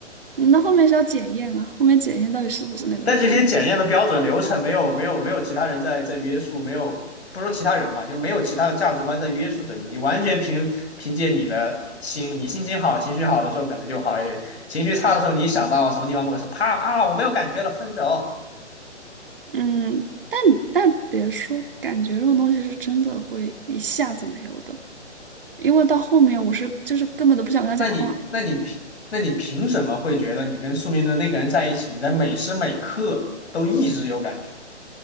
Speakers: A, on the right; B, on the left.
A: 嗯那后面是要检验啊，后面检验到底是不是那个人呢？
B: 但这些检验的标准流程没有没有没有其他人在在约束，没有不说其他人吧，就没有其他的价值观在约束着你，你完全凭凭借你的心，你心情好、情绪好的时候可能就好一点，情绪差的时候你想到什么地方不合适，啪啊我没有感觉了，分手，
A: 嗯，但你但别说，感觉这种东西是真的会一下子没有的，因为到后面我是就是根本都不想跟他讲话。
B: 那你那你凭那你凭什么会觉得你跟宿命的那个人在一起，你在每时每刻都一直有感觉